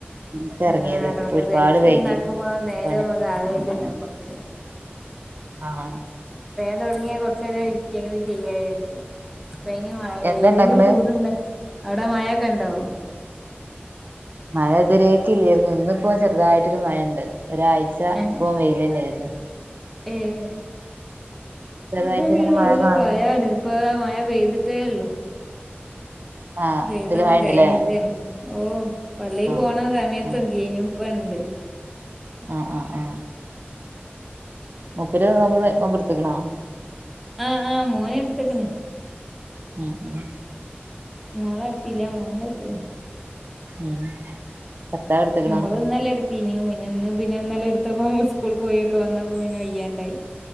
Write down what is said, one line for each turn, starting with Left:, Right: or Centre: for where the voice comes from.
Right: ന്നട്ടാ
Centre: ആഹ്
Right: ഇറങ്ങിയത്
Centre: അതുകൊണ്ട്
Right: അപ്പൊ ഒരുപാട്
Centre: തെരക്ക്ണ്ടാക്കുമ്പോ
Right: വൈകി
Centre: നേരം
Right: പണി-
Centre: ഇതാവില്ല നമ്മക്ക്
Right: ആഹ്
Centre: വേകം തുടങ്ങിയാ കൊറച്ചേരം ഇരിക്കെങ്കിലും ചെയ്യാ വിജാരിക്കും. ഇപ്പ ഇനി മഴ വെയ്ല്
Right: എന്താ ഇണ്ടാക്കണെ
Centre: ചൂട്ണ്ട് അവിടെ മഴൊക്കെ ഇണ്ടോ?
Right: മഴ ഇത് വെരേക്ക്‌ ഇല്ലേര്ന്നു ഇന്നിപ്പോ ചെറുതായിട്ടൊരു മഴയ്ണ്ട് ഒരാഴ്ച
Centre: ഏഹ്
Right: ഇപ്പൊ വെയ്ലെനെ ആയിരുന്നു.
Centre: ഏഹ്
Right: ചെറുതായിട്ട്
Centre: മഴ
Right: ഇങ്ങനെ
Centre: വിലുള്ളത്
Right: മഴ കാണുന്നുണ്ട്
Centre: അതാണ് ഇപ്പ താ മഴ പെയ്ത്ട്ടേ ഉള്ളു
Right: ആഹ്
Centre: പെയ്തൊന്ന്
Right: ഇതില് മഴണ്ട്ല്ലേ
Centre: കഴിഞ്ഞിട്ട് ഓ പള്ളി
Right: ആഹ്
Centre: പോണ സമയത്ത്
Right: ആഹ്
Centre: കയ്ഞ്ഞു ഇപ്പ ഇണ്ട്
Right: അഹ് അഹ് ആ മുപ്പര് നോമ്പ് നോമ്പ് ഇട്ത്ത്ക്ക്‌ണോ?
Centre: ആഹ് ആഹ് മോന് എട്ത്ത്ക്ക്‌ണ്
Right: ഉം ഉം
Centre: മോള് എട്ത്തിലാ മോന് എട്ത്ത്ക്ക്‌ണ്
Right: ഉം ഭർത്താവ് എടുത്ത്ക്കണോ
Centre: മോള് ഇന്നലെ എട്- ത്ത്നിം പിന്നെയും പിനിന്ന് പിനിന്നലെ എടുത്തപ്പം ഉസ്കൂൾക്ക്‌ പോയൊക്കെ വന്നപ്പോ പിന്നെ വയ്യാണ്ടായി.